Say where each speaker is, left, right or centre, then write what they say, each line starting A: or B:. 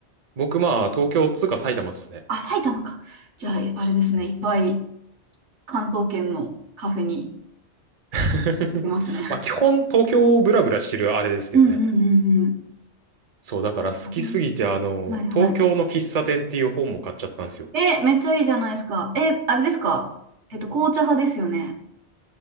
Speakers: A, on the right; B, on the right.
A: 僕まあ東京っつうか埼玉っすね。
B: あ、埼玉か。じゃあ、あれですね。
A: うん
B: いっぱい関東圏のカフェに
A: <laughs>。
B: 行きますね。
A: まあ基本東京をブラブラしてるあれですけどね。
B: うんうんうんうん。
A: そうだから好きすぎてあの、
B: カフェねはいはい。
A: 東京の喫茶店っていう本も買っちゃったんですよ。
B: え、めっちゃいいじゃないですか。え、あれですか。えっと、紅茶派ですよね。